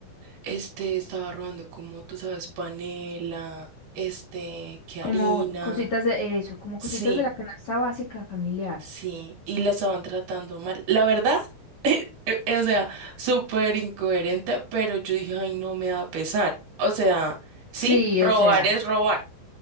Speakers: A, on the right (about 60°); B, on the left (about 60°).
A: este estaba robando como tú sabes, panela, este, que
B: Como
A: harina,
B: cositas de eso, como
A: sí,
B: cositas de la canasta básica familiar.
A: sí, y la estaban tratando mal. La verdad, e- e- o sea, súper incoherente, pero yo dije, ay, no me da pesar. O sea,
B: Sí,
A: sí, robar
B: o sea.
A: es robar.